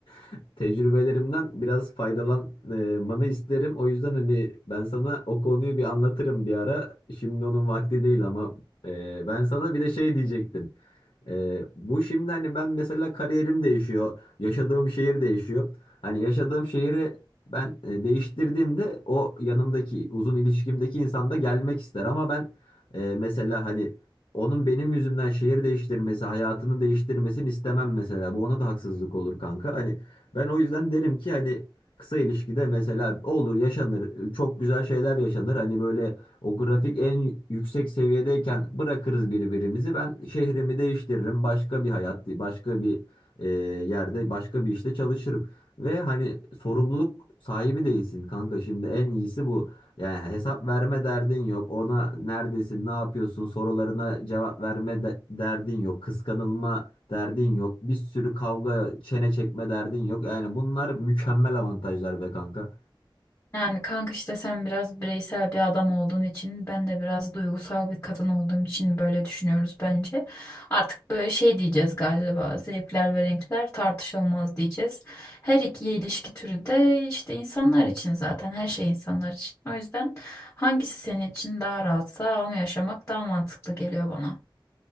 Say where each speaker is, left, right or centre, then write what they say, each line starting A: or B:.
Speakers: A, on the left; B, on the left.
A: <laughs> tecrübelerimden biraz faydalanmanı isterim. O yüzden hani ben sana o konuyu bir anlatırım bir ara. Şimdi onun vakti değil ama e, ben sana bir de şey diyecektim. Ee, bu şimdi hani ben mesela kariyerim değişiyor, yaşadığım şehir değişiyor. Hani yaşadığım şehri ben e, değiştirdiğimde o yanımdaki uzun ilişkimdeki insan da gelmek ister ama ben e, mesela hani onun benim yüzümden şehir değiştirmesi, hayatını değiştirmesini istemem mesela. Bu ona da haksızlık olur kanka. Hani ben o yüzden derim ki hani kısa ilişkide mesela olur yaşanır, çok güzel şeyler yaşanır. Hani böyle o grafik en yüksek seviyedeyken bırakırız birbirimizi. Ben şehrimi değiştiririm. Başka bir hayat, başka bir e, yerde, başka bir işte çalışırım. Ve hani sorumluluk sahibi değilsin kanka. Şimdi en iyisi bu. Yani hesap verme derdin yok. Ona neredesin, ne yapıyorsun sorularına cevap verme de- derdin yok. Kıskanılma derdin yok. Bir sürü kavga, çene çekme derdin yok. Yani bunlar mükemmel avantajlar be kanka.
B: Yani kanka işte sen biraz bireysel bir adam olduğun için ben de biraz duygusal bir kadın olduğum için böyle düşünüyoruz bence. Artık böyle şey diyeceğiz galiba zevkler ve renkler tartışılmaz diyeceğiz. Her iki ilişki türü de işte insanlar için zaten her şey insanlar için. O yüzden hangisi senin için daha rahatsa onu yaşamak daha mantıklı geliyor bana.